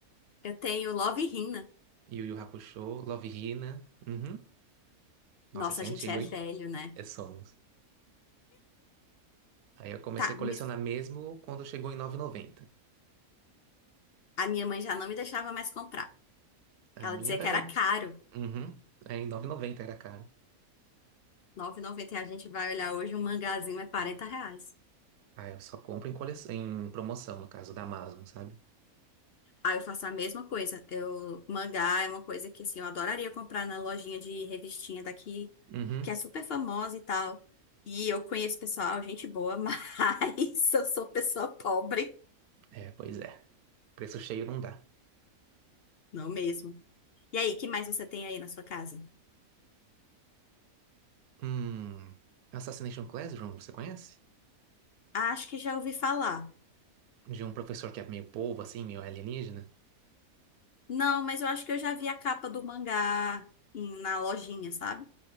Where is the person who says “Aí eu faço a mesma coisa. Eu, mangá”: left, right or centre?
Left